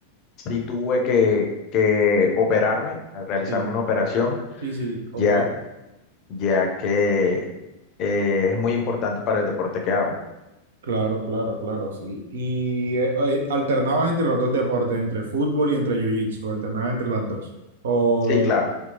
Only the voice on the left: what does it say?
sí tuve que, que operarme, a realizarme
una operación,
ya, ya que eh, es muy importante para el deporte que hago.
Sí, claro.